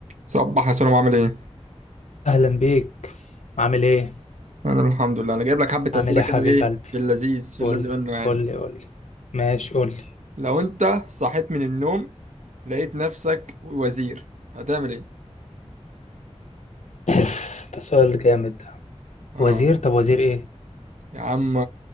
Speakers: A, on the right; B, on the left.
A: صباح يا سلام عامل ايه؟
B: اهلا بيك عامل ايه
A: انا الحمد لله انا جايب لك حبة
B: عامل
A: اسئلة
B: ايه
A: كده
B: يا حبيب
A: ايه
B: قلبي
A: في اللذيذ في
B: قول
A: اللذيذ
B: لي
A: منه يعني
B: قول لي قول لي ماشي قول لي
A: لو انت صحيت من النوم لقيت نفسك وزير هتعمل ايه؟
B: <laughs> ده سؤال جامد ده
A: اه
B: وزير طب وزير ايه
A: يا عم